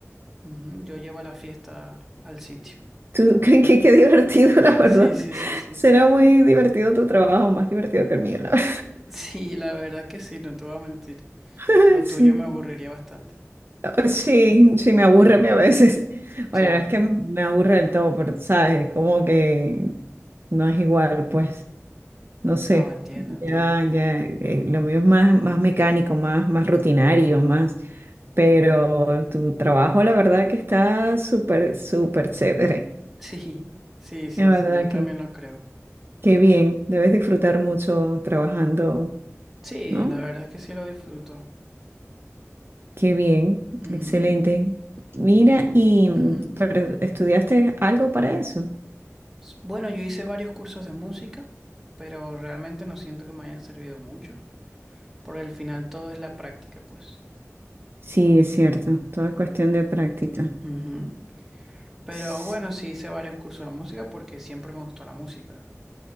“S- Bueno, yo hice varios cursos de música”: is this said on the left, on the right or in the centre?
Centre